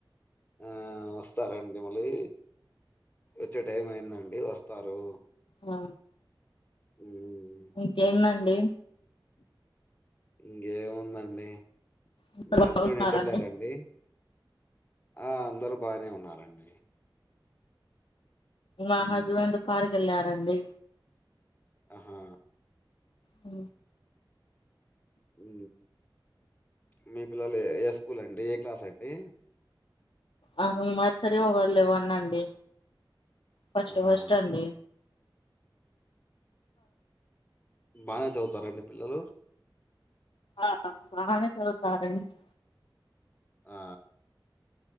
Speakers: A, on the left; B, on the left.
A: ఆ వస్తారండి మళ్ళీ వచ్చే టైం అయిందండి వస్తారు
B: ఆ
A: మ్మ్
B: ఇంకేందండి
A: ఇంకేముందండి
B: అందరు
A: మీ హస్బెండ్
B: బాగున్నారండి
A: ఎటు వెళ్ళారండి ఆ అందరూ బానే ఉన్నారండి
B: మా
A: ఆ
B: హస్బెండ్ కారుకి వెళ్ళారండి,
A: ఆహా
B: అ
A: ఉ మీ పిల్లలు ఏ స్కూల్ అండి ఏ క్లాస్ అండి
B: అ ఒకరు నర్సరీ ఒకరు లేవన్ అండి ఫస్ట్
A: ఆహా
B: ఫస్ట్ అండి
A: బాగానే చదువుతారండి పిల్లలు
B: ఆహా బాగానే చదువుతారండి,
A: ఆ